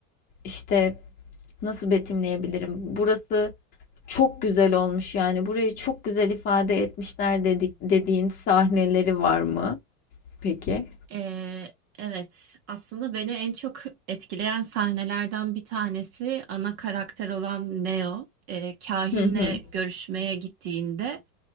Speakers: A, on the left; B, on the right.
A: işte nasıl betimleyebilirim? Burası çok güzel olmuş yani burayı çok güzel ifade etmişler dedik dediğin sahneleri var mı? Peki.
B: Ee, evet, aslında beni en çok etkileyen sahnelerden bir tanesi ana karakter olan Neo. Ee, kahinle
A: Hı hı.
B: görüşmeye gittiğinde